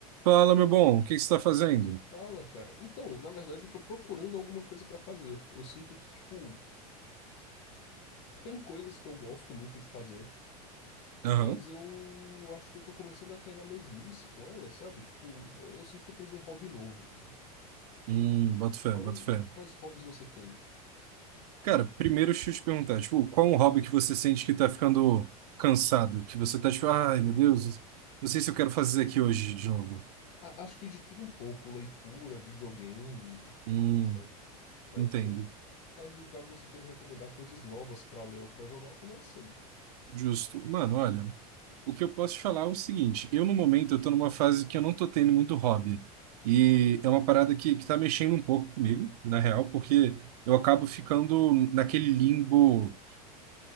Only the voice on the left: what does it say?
Fala, cara. Então, na verdade, eu tô procurando alguma coisa pra fazer. Eu sinto que, tipo, tem coisas que eu gosto muito de fazer,
mas eu acho que eu tô começando a cair na mesmice com ela, sabe? Tipo, eu, eu sinto que eu perdi um hobby novo, cara.
Quais,
quais hobbies você tem?
A- acho que de tudo um pouco, leitura, videogame,
sabe? Mas
assim, caso, caso você queira recomendar coisas novas pra ler ou pra jogar, eu também aceito.